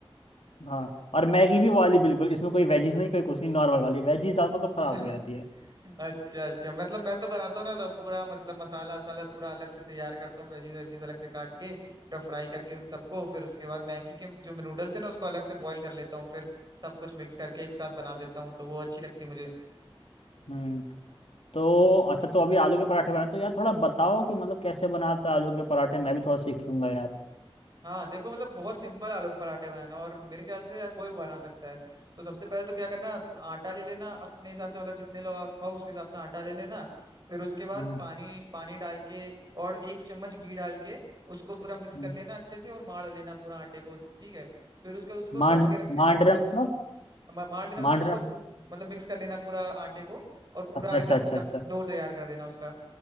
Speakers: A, on the left; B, on the right.
A: हाँ और मैगी भी वो वाली बिल्कुल इसमें कोई वेजीज नहीं कोई कुछ नहीं नॉर्मल वाली वेजीज डालता हूँ तो खराब
B: <laughs>
A: हो जाती है
B: अच्छा अच्छा मतलब मैं तो बनाता हूँ ना तो पूरा मतलब मसाला वसाला पूरा अलग से तैयार करता हूँ वेजीज वेजीज अलग से काट के पूरा फ्राई करके उन सबको फिर उसके बाद मैगी के जो नूडल्स है ना उसको अलग से बॉईल कर लेता हूँ फिर सब कुछ मिक्स करके एक साथ बना देता हूँ तो वो अच्छी लगती है मुझे
A: हम्म तो अच्छा तो अभी आलू के पराठे बनाए तो यार थोड़ा बताओ कि मतलब कैसे बनाते हैं आलू के पराठे मैं भी थोड़ा सीख लूंगा यार
B: हाँ देखो मतलब बहुत सिंपल आलू के पराठे बनाना और मेरे ख्याल से यार कोई बना सकता है तो सबसे पहले तो क्या करना आटा ले लेना अपने हिसाब से मतलब जितने लोग आप खाओ उसके हिसाब से आटा ले लेना फिर उसके बाद
A: हम्म
B: पानी पानी डाल के और एक चम्मच घी डाल के उसको पूरा मिक्स कर
A: हम्म।
B: लेना अच्छे से और मार लेना पूरा आटे को ठीक है फिर उसके बाद उसको ढक
A: मांड
B: के रख देना
A: मांडरा
B: पंद-
A: मतलब
B: मा- मार लेना मतलब
A: मांडरा
B: उसको पूरा मतलब मिक्स कर लेना पूरा आटे को और पूरा
A: अच्छा
B: एकदम
A: अच्छा अच्छा अच्छा
B: डो तैयार कर देना उसका